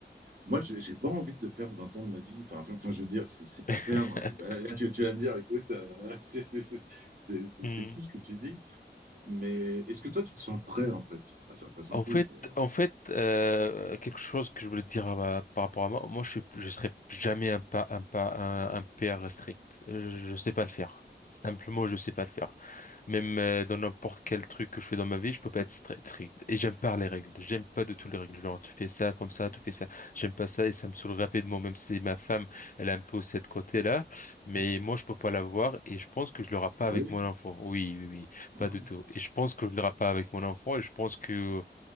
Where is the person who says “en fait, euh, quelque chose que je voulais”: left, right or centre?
Left